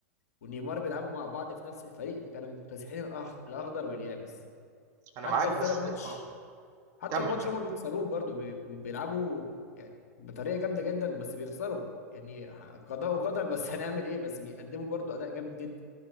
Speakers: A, on the left; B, on the right.
A: ونيمار بيلعبوا مع بعض في نفس الفريق فكانوا مكتسحين الأخ... الاخضر واليابس
B: انا
A: حتى
B: معاك
A: الفرق
B: بس
A: ماتش
B: اه
A: حتى
B: كمل
A: الماتش
B: كمل
A: اللي هما بيخسروه برضه بي- بيلعبوا يعني بطريقه جامده جدا بس بيخسروا يعني قضاء وقدر بس <laughs> هنعمل ايه بس بيقدموا برضه اداء جامد جدا